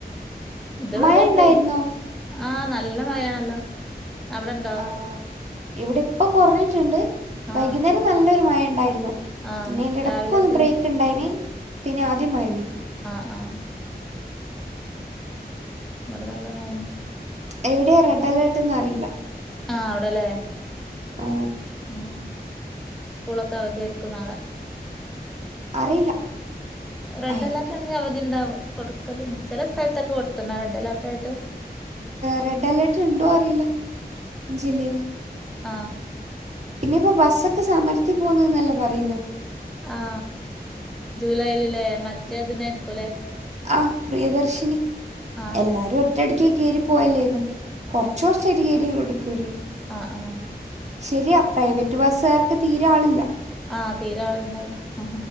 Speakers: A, in the centre; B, on the right.
A: ഇതുവരെ
B: മഴ ഉണ്ടായിരുന്നോ
A: പെ ആ നല്ല മഴയാണല്ലോ അവിടെണ്ടോ?
B: ആഹ് ഇവിടെ ഇപ്പം കൊറഞ്ഞിട്ടുണ്ട് വൈകുന്നേരം
A: ആഹ്
B: നല്ലൊരു മഴണ്ടായിരുന്നു.
A: ആഹ്
B: പിന്നെ എടക്കൊരു
A: രാവിലൊക്കെ
B: ബ്രേക്ക് ഇണ്ടായ്നി പിന്നെ ആദ്യം മായ്നി
A: ആ ആ ഇവടെ നല്ലതായിന്.
B: എവിടെയാ റെഡ് അലേർട്ട്ന്ന് അറിയില്ല.
A: ആ അവടലേ.
B: ആ
A: ആ സ്കൂളൊക്കെ അവധിയായിരിക്കും നളെ
B: അറിയില്ല
A: റെഡ്
B: ആയിരിക്കും
A: അലേർട്ട് ആണെങ്കിൽ അവധിണ്ടാവ കൊടുക്കലണ്ട് ചില സ്ഥലത്തൊക്കെ കൊടുത്തുന്ന റെഡ് അലേർട്ട ആായിട്ട്
B: റെഡ് അലേർട്ട ഉണ്ടോ അറിയില്ല ജില്ലയില്
A: ആ
B: പിന്നെ ഇപ്പോൊ ബസ്സൊക്കെ സമരത്തി പോുന്നന്നല്ലേ പറയുന്ന
A: ആ ജൂലൈലല്ലേ മറ്റേ അതിനായിരിക്കുംല്ലേ
B: ആ പ്രിയദർശിനി
A: ആഹ്
B: എല്ലാരും ഒറ്റടി എ കയറി പോയല്ലേന്ന് കുറച്ച കുറച്ച് ചേരി കയറി എടുക്കുവു
A: ആ ആ
B: ശരിയാ പ്രൈവറ്റ് ബസ്സുകാർക്ക് തീരാ ആളില്ല
A: ആ തീരാരെ ആ